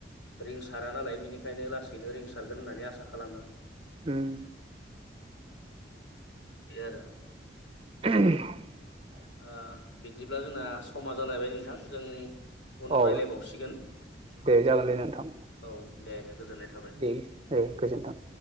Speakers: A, on the left (about 80°); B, on the right (about 30°).
A: रिंस सारा नालाय बिनिखायनो लासैनो रिंसारगोन होननानै आसा खालामो।
B: उम
A: बे आरो।
B: <unintelligible>
A: ओ बिदिब्ला जोंना समा जालायबाय नोंथां जों उनाव
B: औ
A: रायलायबावसिगोन
B: दे जागोन दे नोंथां
A: औ दे दे गोजोननाय थाबाय।
B: दे दे गोजोन्थों।